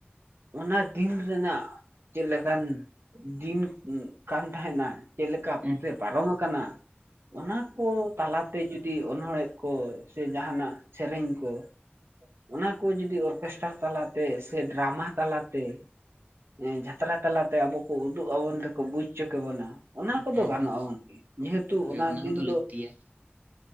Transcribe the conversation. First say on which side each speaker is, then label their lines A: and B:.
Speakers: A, on the right; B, on the right.
A: ᱚᱱᱟ ᱫᱤᱱ ᱨᱮᱱᱟᱜ, ᱪᱮᱫ ᱞᱮᱠᱟᱱ ᱫᱤᱱ ᱠᱟᱱ ᱛᱟᱦᱮᱱᱟ, ᱪᱮᱜ ᱞᱮᱠᱟ
B: ᱦᱩᱸ
A: ᱛᱮ ᱯᱟᱨᱚᱢ ᱟᱠᱟᱱᱟ, ᱚᱱᱟ ᱠᱚ ᱛᱟᱞᱟᱛᱮ ᱡᱩᱫᱤ ᱰᱤ ᱚᱱᱚᱬᱦᱮ ᱠᱚ, ᱥᱮ ᱡᱟᱦᱟᱱᱟᱜ ᱥᱮᱨᱮᱧ ᱠᱚ ᱾ ᱚᱱᱟ ᱠᱚ ᱡᱩᱫᱤ ᱚᱨᱠᱮᱥᱴᱟᱨ ᱛᱟᱞᱟᱛᱮ ᱥᱮ ᱰᱨᱟᱢᱟ ᱛᱟᱞᱟ ᱛᱮ ᱮᱸ ᱡᱷᱟ ᱾ ᱡᱟᱛᱨᱟ ᱛᱟᱞᱟᱛᱮ ᱟᱵᱚ ᱠᱚ ᱩᱫᱩᱜ ᱟᱵᱚᱱ ᱛᱮᱠᱚ ᱵᱩᱡ ᱚᱪᱚ ᱠᱮ ᱵᱚᱱᱟ ᱾ ᱚᱱᱟ ᱠᱚᱫᱚ
B: ᱦᱩᱸ
A: ᱜᱟᱱᱚᱜᱼᱟ
B: ᱦᱩᱸ
A: ᱜᱚᱝᱠᱮ, ᱡᱮᱦᱮᱛᱩ
B: ᱦᱳᱭ
A: ᱚᱱᱟ ᱫᱤᱱ
B: ᱠᱚᱫᱚ
A: ᱫᱚ
B: ᱞᱟᱹᱠᱛᱤᱭᱟ